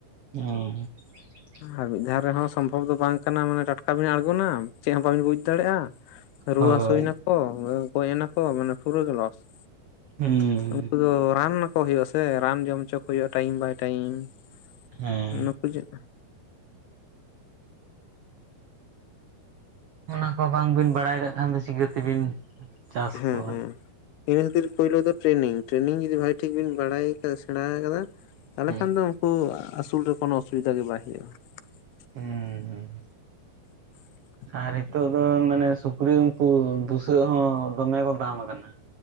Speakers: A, on the right (about 75°); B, on the left (about 85°).
A: ᱦᱩᱸ ᱾
B: ᱟᱨ ᱢᱤᱫ ᱫᱷᱟᱣ ᱨᱮᱦᱚᱸ ᱥᱚᱢᱵᱷᱚᱵᱽ ᱫᱚ ᱵᱟᱝ ᱠᱟᱱᱟ ᱢᱟᱱᱮ ᱴᱟᱴᱠᱟ ᱵᱤᱱ ᱟᱲᱜᱚᱱᱟ ᱪᱮᱫ ᱦᱚᱸ ᱵᱟᱵᱤᱱ ᱵᱩᱡ ᱫᱟᱲᱮᱭᱟᱜᱼᱟ ᱾ ᱨᱩᱣᱟᱹ
A: ᱦᱳᱭ
B: ᱦᱟᱹᱥᱩᱭ ᱱᱟᱠᱚ ᱜᱚᱡ ᱱᱟᱠᱚ ᱢᱟᱱᱮ ᱯᱩᱨᱟᱹ ᱜᱮ ᱞᱚᱥ ᱾
A: ᱦᱩ ᱾
B: ᱩᱱᱠᱩ ᱫᱚ ᱨᱟᱱ ᱟᱠᱚ ᱦᱩᱭᱩᱜᱼᱟ ᱥᱮ ᱨᱟᱱ ᱡᱚᱢ ᱦᱚᱪᱚ ᱠᱚ ᱦᱩᱭᱩᱜᱼᱟ ᱴᱟᱭᱤᱢ ᱵᱟᱭ ᱴᱟᱭᱤᱢ ᱾
A: ᱦᱮᱸ
B: ᱯᱩᱡᱟᱹᱜ
A: ᱚᱱᱟ ᱠᱚ ᱵᱟᱝᱵᱤᱱ ᱵᱟᱲᱟᱭ ᱠᱟᱜ ᱠᱷᱟᱱ ᱫᱚ ᱪᱤᱠᱟᱹᱛᱮᱵᱤᱱ ᱪᱟᱥ
B: ᱦᱮᱸ
A: ᱠᱚᱣᱟ
B: ᱦᱮᱸ ᱾ ᱤᱱᱟᱹ ᱠᱷᱟᱹᱛᱤᱨ ᱯᱳᱭᱞᱳ ᱫᱚ ᱴᱨᱮᱱᱤᱝ ᱴᱨᱮᱱᱤᱝ ᱡᱩᱫᱤ ᱵᱷᱟᱜ ᱴᱷᱤᱠ ᱵᱤᱱ ᱵᱟᱲᱟᱭ ᱠᱟ ᱥᱮᱬᱟ ᱟᱠᱟᱫᱟ᱾ ᱛᱟᱦᱚᱞᱮ
A: ᱦᱮᱸ
B: ᱠᱷᱟᱱ ᱫᱚ ᱩᱱᱠᱩ ᱟᱹᱥᱩᱞ ᱨᱮ ᱠᱳᱱᱳ ᱚᱥᱩᱵᱤᱫᱷᱟ ᱜᱮ ᱵᱟᱭ ᱦᱩᱭᱩᱜ ᱟᱭ ᱾ <inaudible>
A: ᱦᱩᱸ ᱟᱨ ᱱᱤᱛᱚᱜ ᱫᱚ ᱢᱟᱱᱮ ᱥᱩᱠᱨᱤ ᱩᱱᱠᱩ ᱵᱩᱥᱟᱹᱜ ᱦᱚᱸ ᱫᱚᱢᱮ ᱠᱚ ᱫᱟᱢ ᱟᱠᱟᱱᱟ ᱾